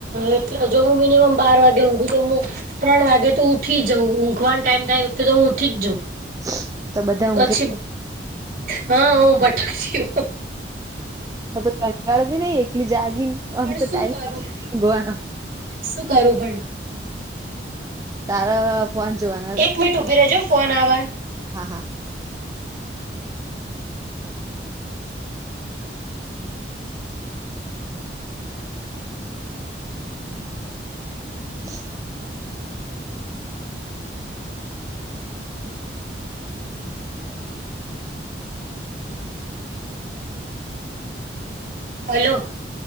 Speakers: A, on the right (about 50°); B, on the right (about 20°).
A: એટલે જો હું મિનિમમ બાર વાગે ઊંઘું તો મુ ત્રણ વાગે તો ઉઠી જઉં ઊંઘવાનો ટાઈમ થાય એ વખતે તો હું ઉઠી જ જાઉં
B: <inaudible>
A: પછી
B: ઊંઘે
A: હ હું પટાકયો
B: હવે કંટાળતી નઈ એકલી જાગિન આબ
A: પણ
B: તો
A: શું
B: ટાઈમ
A: કરું
B: નથી <unintelligible> ઊંઘવાનો.
A: શું કરુ પણ
B: તાર ફોન જોવાના
A: એક મિનીટ ઉભી રે જે હો ફોન આવ
B: હા હા <inaudible>
A: હેલો